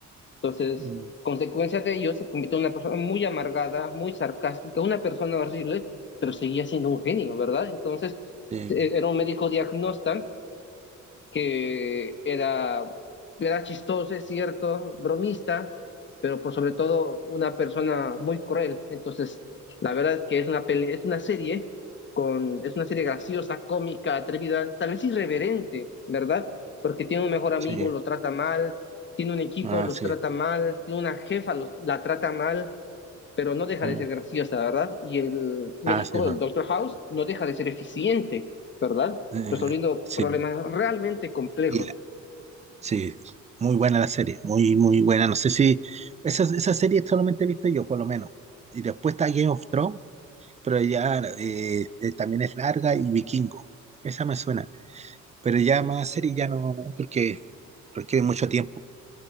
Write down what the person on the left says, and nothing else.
Entonces,
consecuencia de ello, se convirtió en una persona muy amargada, muy sarcástica, una persona horrible, pero seguía siendo un genio, ¿verdad? Entonces,
eh, era un médico diagnóstico que era, era chistoso, es cierto, bromista, pero por sobre todo una persona muy cruel. Entonces, la verdad que es una peli, es una serie con, es una serie graciosa, cómica, atrevida, tal vez irreverente, ¿verdad? Porque tiene un mejor amigo,
lo trata mal, tiene un equipo,
los
trata mal, tiene una jefa, los, la trata mal, pero no deja
de ser graciosa, ¿verdad? Y el médico,
el
Doctor House, no deja de ser eficiente, ¿verdad?
Resolviendo
problemas realmente complejos.